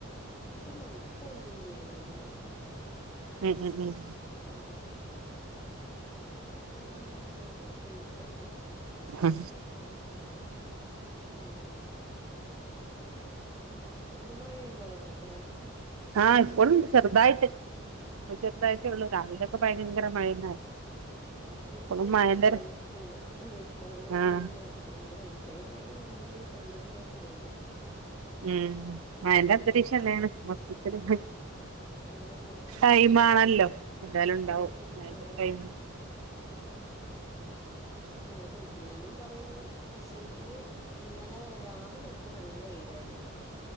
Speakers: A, on the left; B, on the right.
A: ഇല്ല ഇപ്പം ഒന്നും ചെയ്യുന്നില്ല
B: ഉം ഉം ഉം
A: ഉം ഇപ്പ ഇങ്ങനെ ഹൗസ് വൈഫ് ആയിട്ട് നിക്കുവാ
B: ഹ്
A: മ്മ്മ് ഇപ്പൊ മഴയുണ്ടോ അവിടെൊക്കെ
B: ആഹ ഇപ്പോഴും ശെറുതായിട്ട അപ്പൊ ചെറുതായിട്ടേ ഉള്ളു രാവിലൊക്കെ ഭയങ്കര മഴന്നായിരുന്നു
A: ഇവിടെ ഇപ്പൊ
B: ഇപ്പോളും
A: ഒന്ന്
B: മഴന്റെ
A: കുറഞ്ഞിട്ടുണ്ട് ഇപ്പൊ അങ്ങനെ
B: ആഹ്
A: വെ്യുന്നണെന്നില്ല ഇത്രയും നേരം നല്ല തകൃതിയായിട്ട് പെയ്തു
B: ഉം ആയന്റെ അന്തരീക്ഷം
A: ഇടി
B: എല്ലാണ് മൊത്തത്തി ഉ
A: ആഹ്
B: ായി മാണ ല്ലോ എന്തായാലും ഉണ്ടാവും
A: അതെ
B: നരു
A: ആഹ്
B: ടൈ
A: മഴ പിടിക്കുന്നും പറയുന്നു പക്ഷെങ്കില് ഇന്നലെ രാവിലെയൊക്കെ നല്ല വെയിലായിരുന്നു <inaudible>